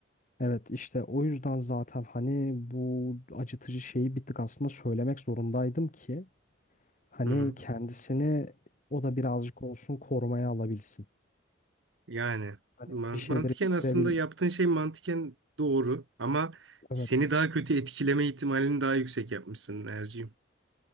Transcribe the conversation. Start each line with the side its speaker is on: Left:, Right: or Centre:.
Left: Evet işte o yüzden zaten hani bu acıtıcı şeyi bir tık aslında söylemek zorundaydım ki hani
Right: Hı hı.
Left: kendisini o da birazcık olsun korumaya alabilsin.
Right: Yani
Left: Hani
Right: man-
Left: bir şeyleri
Right: mantıken
Left: bitirebil.
Right: aslında yaptığın şey mantıken doğru ama
Left: Evet.
Right: seni daha kötü etkileme ihtimalini daha yüksek yapmışsın Erciğim.